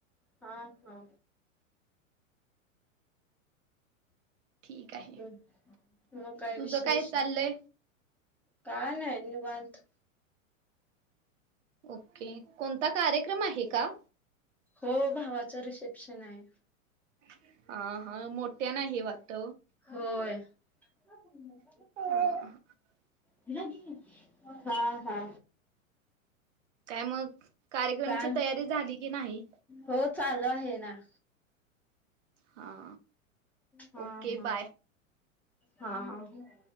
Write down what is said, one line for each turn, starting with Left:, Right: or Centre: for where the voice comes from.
Centre: हा हा.
Right: ठीक आहे
Centre: मग काय
Right: तुझं
Centre: विशेष?
Right: चाललंय
Centre: काय नाही निवांत.
Right: ओके! कोणता कार्यक्रम आहे का?
Centre: हो, भावाच रिसेप्शन आहे.
Right: <unintelligible> वाटत
Centre: होय. <unintelligible>
Right: <unintelligible>
Centre: <unintelligible> हा हा
Right: काय मग? कार्यक्रमची
Centre: का?
Right: तयारी झाली की नाही
Centre: हो चालू आहे ना.
Right: हा
Centre: हा
Right: ओके
Centre: हा.
Right: बाय
Centre: हा.